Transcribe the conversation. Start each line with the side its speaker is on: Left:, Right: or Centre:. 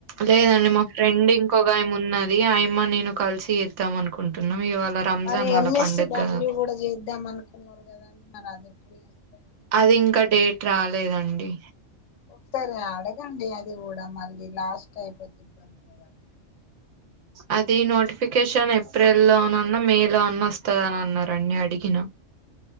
Right: లేదండి మా ఫ్రెండ్ ఇంకొక గా ఉన్నది అయమా నేను కలిసి ఇద్దాం అనుకుంటున్నాం ఇవాళ రంజాన్
Left: మరి
Right: వాళ్ళ
Left: ఎంఎస్స
Right: పండుగ
Left: డబ్ల్యూ
Right: గదా!
Left: కూడా చేద్దాం అనుకున్నారు కదాండి మరి అది ఎప్పుడు చేస్తారు
Right: అది ఇంకా డేట్ రాలేదండి
Left: ఒక సరే అడగండి అది కూడా మళ్ళీ లాస్ట్ అయిపోతే ఇబ్బందిదండి
Right: అది నోటిఫికేషన్ ఏప్రిల్ లోనన్నా మే లో అన్నా వస్తాదనాన్నారండి అడిగినా